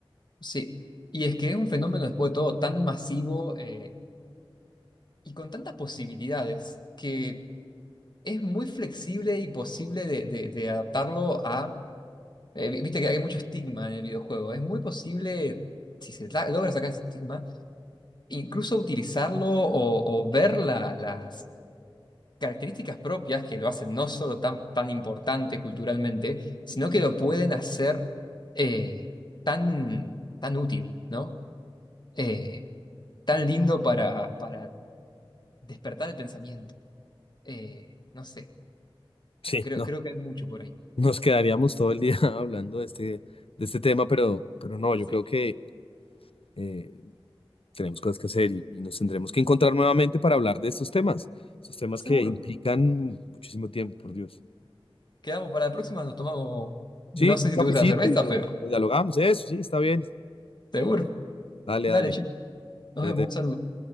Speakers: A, on the left; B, on the left.
A: sí. Y es que es un fenómeno después de todo tan masivo eh, y con tantas posibilidades que es muy flexible y posible de, de- de adaptarlo a... eh, vi- viste que hay mucho estigma en el videojuego. Es muy posible, si se la- logra sacar ese estigma, incluso utilizarlo o, o ver la- las características propias que lo hacen no solo tan, tan importante culturalmente, sino que lo pueden hacer eh, tan, tan útil, ¿no? Eh, tan lindo para, para despertar el pensamiento. Eh, no sé,
B: Sí,
A: creo,
B: no,
A: creo que hay mucho por ahí.
B: nos quedaríamos todo el día <laughs> hablando de este, de este tema, pero, pero no, yo
A: Sí,
B: creo que... eh, tenemos cosas que hacer y, y nos tendremos que encontrar nuevamente para hablar de estos temas, estos temas
A: seguro.
B: que implican muchísimo tiempo, por Dios.
A: Quedamos para la próxima, nos tomamos,
B: Sí,
A: no sé
B: un
A: si
B: cafecito
A: te gusta la cerveza,
B: y lo,
A: pero
B: y lo dialogamos, eso, sí, está bien.
A: seguro.
B: Dale,
A: Dale,
B: dale,
A: che, nos
B: espérate.
A: vemos, un saludo.